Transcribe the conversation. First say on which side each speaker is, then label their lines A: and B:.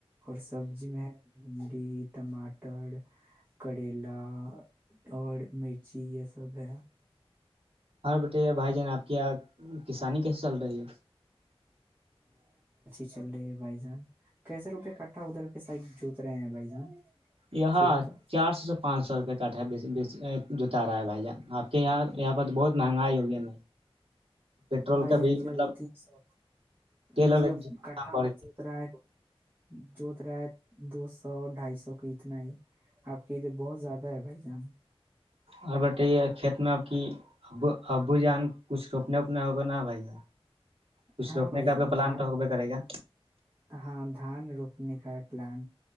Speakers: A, on the right; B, on the right.
A: اور سبزی میں بھنڈی ٹماٹر کریلا اور مرچی یہ سب ہے
B: ہر بیٹے بھائی جان آپ کی یہ کسانی کیسے چل رہی ہے
A: چلے بھائی جان کیسے روپئے کٹھا ادھر کے س جوت رہے ہیں بھائی جان
B: یہاں
A: کھیت
B: چار سو سے پانچ سو روپئے کٹ ہے بی جتا رہا ہے بھائی جان آپ کے یہاں یہاں پر تو بہت مہنگائی ہوگی ن پیٹرول
A: بھائی
B: کا
A: جان
B: بھی
A: ادھر
B: مطلب
A: تین سو
B: تیل
A: مطلب
B: اور دام
A: کٹھا
B: بڑھ
A: پر جوت رہا ہے جوت رہا ہے دو سو ڈھائی سو کا اتنا ہے آپ کے ادھر بہت زیادہ ہے بھائی سان
B: اور بتائیے کھیت میں آب کی اب ابو جان کچھ روپنے وپنے ہوگا نا بھائی کچھ
A: ہاں
B: روکنے
A: بھائی
B: کا
A: جان
B: آپ کا پلان
A: دھان
B: تو حقب کرے گا
A: ہاں دھان رو آنی ک پلان